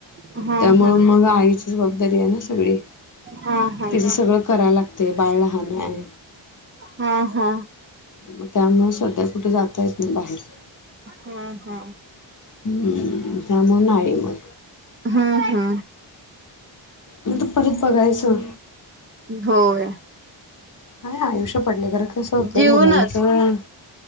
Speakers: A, on the right; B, on the left.
A: हा
B: त्यामुळे
A: हा
B: मग आईची जबाबदारी हाय ना. सगळी.
A: हा हा
B: तिचं सगळं करायला लाग -- तयं बाळ लहान हाय.
A: हा
B: मग त्यामुळ सध्या कुठे जा तायेत नाही बाहेर --
A: हा हा.
B: हं त्यामुळे नाही मग.
A: हा हा.
B: नंतर परत बघायचं.
A: होय.
B: हाय आयुष्य पडलंय खरं कसं होतय
A: जीवनच
B: मुलांचं -